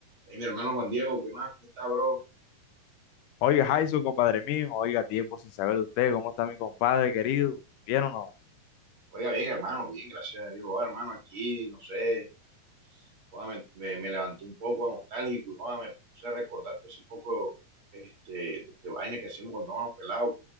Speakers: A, on the right; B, on the left.
A: Hey, mi hermano Juan Diego, ¿qué más? ¿Cómo está, bro?
B: Oiga, Jason, compadre mío, oiga, tiempo sin saber de usted, ¿cómo está mi compadre querido? ¿Bien o no?
A: Oiga, bien, hermano, bien, gracias a Dios. Ah, hermano, aquí, no sé, joda, me, me, me levantó un poco nostálgico y joda, me puse a recordar todo ese poco este, de, de vaina que hacíamos cuando íbamos pelados,